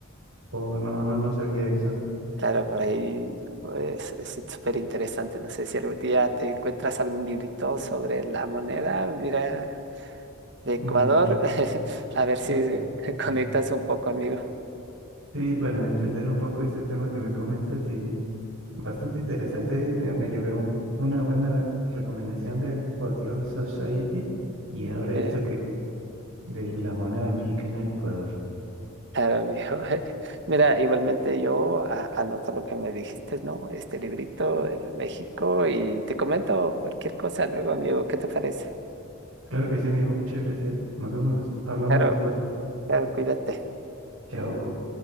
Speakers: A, on the right; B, on the right.
A: O no, no, no sabía eso.
B: Claro, por ahí pues, es súper interesante. No sé si algún día te encuentras algún librito sobre la moneda, mira, de Ecuador.
A: Mm,
B: <laughs> A ver si
A: bueno,
B: <laughs>
A: mm,
B: conectas un poco, amigo.
A: Sí, para entender un poco este tema que me comentas y Bastante interesante, ya me llevé un- una buena recomendación del Folklore Society y ahora esto
B: Eh,
A: que de la moneda mexicana en Ecuador.
B: Claro, amigo. <laughs> Mira, igualmente yo a- anoto lo que me dijiste, ¿no? Este librito de México y te comento cualquier cosa luego, amigo. ¿Qué te parece?
A: Claro que sí, amigo, muchas gracias. Nos vemos, des- hablamos
B: Claro,
A: después.
B: claro, cuídate.
A: Chao.